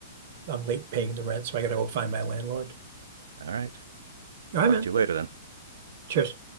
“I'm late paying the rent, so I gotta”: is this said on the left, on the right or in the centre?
Right